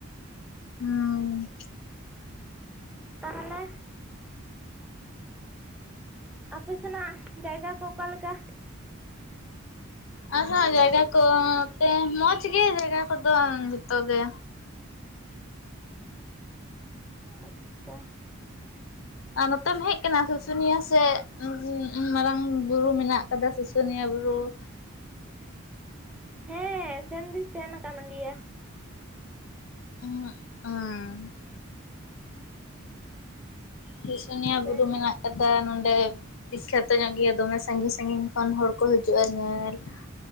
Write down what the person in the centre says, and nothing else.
ᱛᱟᱦᱚᱞᱮ ᱟᱯᱮ ᱥᱮᱱᱟᱜ ᱡᱟᱭᱜᱟ ᱠᱚ ᱚᱠᱟᱞᱮᱠᱟ?
ᱟᱪᱪᱷᱟ
ᱦᱮᱸ ᱥᱮᱱ ᱫᱩᱧ ᱥᱮᱱ ᱠᱟᱱ ᱜᱮᱭᱟ ᱾
ᱥᱮᱱ